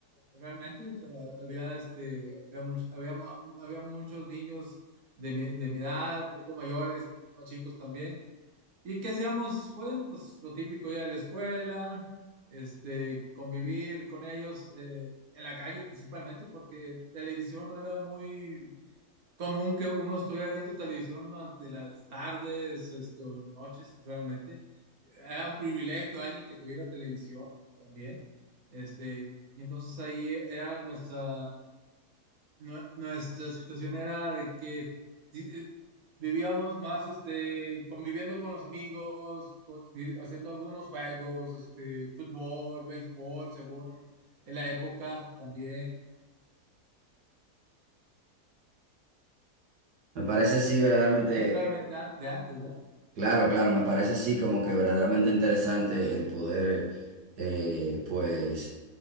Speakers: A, on the right; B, on the right.
A: realmente. o sea, había, este, había, much- había, mu- había muchos niños de mi, de mi edad, un poco mayores y un poco más chicos también. ¿Y qué hacíamos? Bueno, pues lo típico, ir a la escuela, este, convivir con ellos eh, en la calle principalmente, porque televisión no era muy común que uno estuviera viendo televisión durante las tardes, este, o en las noches, realmente. Era un privilegio alguien que tuviera televisión también. Este, y entonces ahí era nuestra, nue- nuestra situación era de que di- eh, vivíamos más este, conviviendo con los amigos, co- di- haciendo algunos juegos, este, fútbol, béisbol, según en la época también.
B: Me parece así verdaderamente,
A: Es Realmente an- de antes, ¿verdad?
B: claro, claro, me parece así como que verdaderamente interesante el poder, eh, eh, pues,